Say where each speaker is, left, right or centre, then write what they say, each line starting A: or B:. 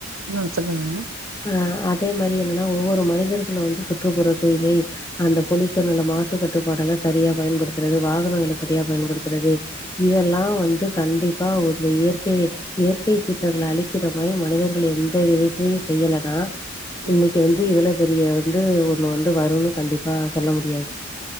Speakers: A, on the right (about 70°); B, on the left (about 15°).
A: ம் சொல்லுங்க
B: ஆ அதே மாறி என்னனா ஒவ்வொரு மனிதர்களோட சுற்றுப்புற தூய்மை அந்த பொலியூஷன்ல்ல மாசு கட்டுபாடுலா சரியா பயன்படுத்துறது வாகனங்கள சரியா பயன்படுத்துறது இதெல்லா வந்து கண்டிப்பா ஒரு இயற்கையே இயற்கை சீற்றங்கள அழிக்கிற மாறி மனிதர்கள் எந்த விதத்தையு செய்யலனா இன்னைக்கி
A: ம்
B: வந்து இவ்வள பெரிய வந்து ஒண்ணு வந்து வருனு கண்டிப்பா சொல்ல முடியாது